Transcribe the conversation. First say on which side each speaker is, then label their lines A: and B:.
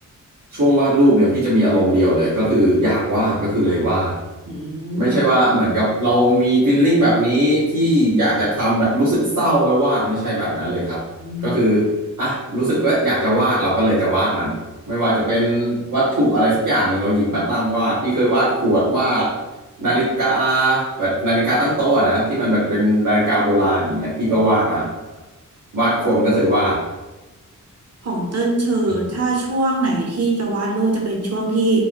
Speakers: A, on the right; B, on the right.
A: ช่วงวาดรูปเนี่ยพี่จะมีอารมณ์เดียวเลยก็คืออยากวาดก็คือเลยวาด
B: อื
A: ไม่ใช่ว่าเหมือนกับเรามีฟีลลิ่งแบบนี้ที่อยากจะทำแบบรู้สึกเศร้าแล้ววาดไม่ใช่แบบนั้นเลยครับก็คือ
B: ม
A: อ่ะรู้สึกว่าอยากจะวาดเราก็เลยจะวาดมันไม่ว่าจะเป็นวัตถุอะไรสักอย่างหนึ่งเราหยิบมาตั้งวาดพี่เคยวาดขวดวาดนาฬิกาแบบนาฬิกาตั้งโต๊ะอะนะที่มันแบบเป็นนาฬิกาโบราณอย่างเงี้ยพี่ก็วาดมาวาดคนก็เคยวาด
B: ของเติ้นเชอถ้าช่วงไหนที่จะวาดรูปจะเป็นช่วงที่
A: อืม